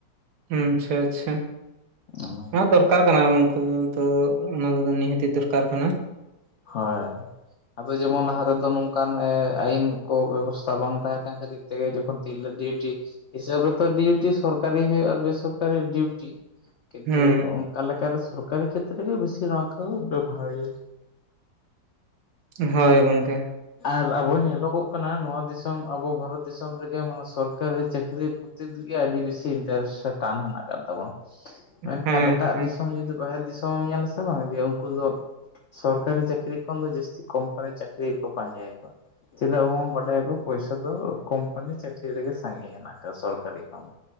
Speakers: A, on the right; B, on the left.
A: ᱦᱩᱸ ᱟᱪᱪᱷᱟ ᱟᱪᱪᱷᱟ
B: ᱚᱱᱟᱜᱮ
A: ᱦᱮ ᱫᱚᱨᱠᱟᱨ ᱠᱟᱱᱟ ᱩᱱᱠᱩ ᱫᱚ ᱚᱱᱟ ᱠᱚᱫᱚ ᱱᱤᱦᱟᱹᱛ ᱫᱚᱨᱠᱟᱨ ᱠᱟᱱᱟ
B: ᱦᱳᱭ ᱟᱫᱚ ᱡᱮᱢᱚᱱ ᱞᱟᱦᱟ ᱨᱮᱫᱚ ᱱᱚᱝᱠᱟᱱ ᱟᱭᱤᱱ ᱠᱚ ᱵᱮᱵᱚᱥᱛᱟ ᱵᱟᱝ ᱛᱟᱦᱮᱸ ᱠᱟᱱ ᱠᱷᱟᱹᱛᱤᱨ ᱛᱮᱜᱮ ᱡᱠᱷᱚᱱ ᱛᱤᱨᱞᱟᱹ ᱰᱤᱩᱴᱤ ᱦᱤᱥᱟᱹᱵ ᱨᱮ ᱛᱚ ᱰᱤᱩᱴᱤ ᱥᱚᱨᱠᱟᱨᱤ ᱦᱳᱦᱳᱜ ᱟᱨ ᱵᱮᱥᱚᱨᱠᱟᱨᱤ ᱰᱤᱩᱴᱤ ᱠᱤᱱᱛᱩ
A: ᱦᱩᱸ
B: ᱚᱱᱠᱟ ᱞᱮᱠᱟᱨᱮ ᱥᱚᱨᱠᱟᱨᱤ ᱠᱷᱮᱛᱨᱮ ᱨᱮ ᱜᱮ ᱵᱮᱥᱤ ᱱᱚᱣᱟᱠᱚ ᱵᱮᱵᱷᱟᱨᱮᱭᱟ
A: ᱦᱳᱭ ᱜᱚᱝᱠᱮ
B: ᱟᱨ ᱟᱵᱚ ᱧᱮᱞᱚᱜᱚᱜ ᱠᱟᱱᱟ ᱱᱚᱣᱟ ᱫᱤᱥᱚᱢ ᱟᱵᱚ ᱵᱷᱟᱨᱚᱛ ᱫᱤᱥᱚᱢ ᱨᱮᱜᱮ ᱢᱟᱱᱮ ᱥᱚᱨᱠᱟᱨᱤ ᱪᱟᱹᱠᱨᱤ ᱯᱚᱛᱤ ᱨᱮᱜᱮ ᱟᱹᱰᱤ ᱵᱮᱥᱤ ᱤᱱᱴᱟᱨᱮᱥᱴ ᱴᱟᱱ ᱦᱮᱱᱟᱜ ᱟᱠᱟᱫ ᱛᱟᱵᱚᱱᱟ ᱢᱮᱱᱠᱷᱟᱱ
A: ᱦᱮᱸ
B: ᱮᱴᱟᱜ
A: ᱦᱮᱸ
B: ᱫᱤᱥᱚᱢ ᱡᱩᱫᱤ ᱵᱟᱦᱮᱨ ᱫᱤᱥᱚᱢᱮ ᱮᱢ ᱧᱮᱞᱟ ᱥᱮ ᱵᱟᱝ ᱡᱮ ᱩᱱᱠᱩ ᱫᱚ ᱥᱚᱨᱠᱟᱨᱤ ᱪᱟᱹᱠᱨᱤ ᱠᱷᱚᱱ ᱫᱚ ᱡᱟᱹᱥᱛᱤ ᱠᱚᱢᱯᱟᱱᱤ ᱪᱟᱹᱠᱨᱤ ᱜᱮᱠᱚ ᱯᱟᱸᱡᱟᱭᱟᱠᱚ ᱪᱮᱫᱟᱜ ᱟᱵᱚᱱ ᱵᱟᱰᱟᱭᱟᱠᱚ ᱯᱚᱭᱥᱟ ᱫᱚ ᱠᱳᱢᱯᱟᱱᱤ ᱪᱟᱹᱠᱨᱤ ᱨᱮᱜᱮ ᱥᱟᱸᱜᱮ ᱦᱮᱱᱟᱜ ᱟᱠᱟᱫᱟ ᱥᱚᱨᱠᱟᱨᱤ ᱠᱷᱚᱱ